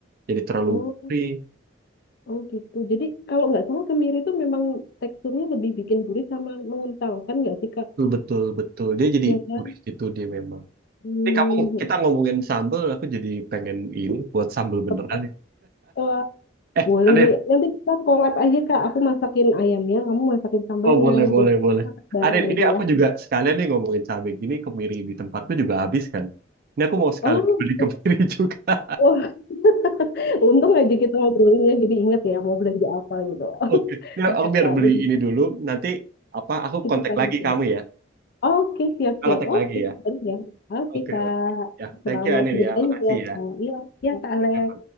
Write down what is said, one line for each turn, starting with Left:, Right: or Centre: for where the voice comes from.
Right: jadi terlalu
Left: Oh,
Right: gurih
Left: oh gitu. Jadi kalau nggak salah kemiri itu memang teksturnya lebih bikin gurih sama mengental kan nggak sih? Kak?
Right: betul betul betul dia jadi
Left: Ya kan?
Right: gurih gitu dia memang
Left: Hmm,
Right: ini kamu kita ngomongin sambel aku jadi pengen ini buat sambel beneran
Left: tepat
Right: nih
Left: tua.
Right: eh
Left: Boleh
Right: Adit
Left: nih. Nanti kita collab aja, Kak. Aku masakin ayamnya, kamu masakin sambelnya.
Right: oh boleh boleh
Left: Jadi kita
Right: boleh
Left: masak bareng
Right: Adit
Left: nanti
Right: ini aku
Left: ya.
Right: juga sekalian nih ngomongin cabai gini kemiri di tempatku juga habis kan ini aku mau sekalian
Left: Oh,
Right: beli kemiri <laughs> juga
Left: wah. <laughs> Untung aja kita ngobrolin ya. Jadi ingat ya mau belanja apa gitu. <laughs>
Right: oke ini
Left: Iya,
Right: aku biar
Left: Kak.
Right: beli
Left: udah
Right: ini dulu nanti apa aku
Left: Kita
Right: kontak
Left: lanjut
Right: lagi kamu
Left: ya.
Right: ya
Left: Oke, siap-siap.
Right: Aku kontak
Left: Oke,
Right: lagi ya
Left: baru ya. Oke,
Right: Oke,
Left: Kak.
Right: oke. Ya,
Left: Selamat
Right: thank you Anil
Left: berbelanja,
Right: ya. Makasih ya.
Left: Kak. Iya, ya, Kak Alex.
Right: Kita